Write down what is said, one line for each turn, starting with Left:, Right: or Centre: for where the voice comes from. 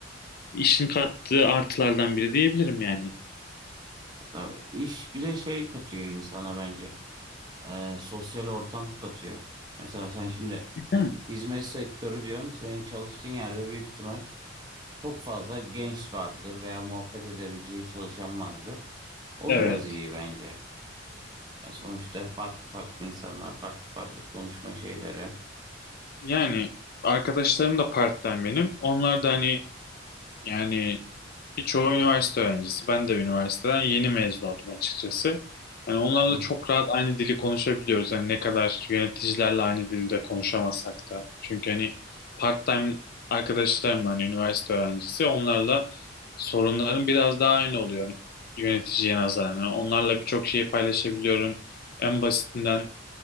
Left: işin kattığı artılardan biri diyebilirim yani.
Right: Tabii iş bir de şey katıyor insana bence. Ee, sosyal ortam katıyor. Mesela sen şimdi
Left: Değil
Right: hizmet sektörü diyorsun. Senin çalıştığın yerde büyük ihtimal çok fazla genç vardır veya muhabbet edebileceğin çalışan vardır. O
Left: Evet.
Right: biraz iyi bence. Ya sonuçta farklı farklı insanlar, farklı farklı konuşma şeyleri.
Left: Yani arkadaşlarım da part-time benim. Onlar da hani Yani birçoğu üniversite öğrencisi. Ben de üniversiteden yeni mezun oldum açıkçası. Hani onlarla
Right: Hı
Left: çok rahat aynı dili konuşabiliyoruz. Yani ne kadar yöneticilerle aynı dilde konuşamasak da. Çünkü hani part-time arkadaşlarımla hani üniversite öğrencisi onlarla sorunların biraz daha aynı oluyor yöneticiye nazaran. Yani onlarla birçok şeyi paylaşabiliyorum. En basitinden